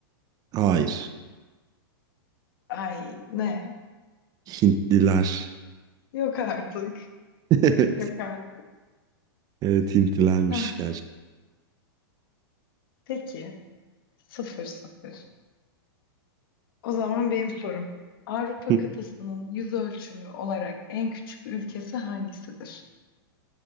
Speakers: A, on the right; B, on the left.
A: Hayır.
B: Ay ne?
A: Hintliler.
B: Yok artık.
A: <laughs>
B: Yok
A: Evet.
B: artık.
A: Evet Hintlilermiş
B: Ah,
A: gerçekten.
B: peki. Sıfır sıfır. O zaman benim sorum. Avrupa
A: <laughs>
B: kıtasının yüz ölçümü olarak en küçük ülkesi hangisidir?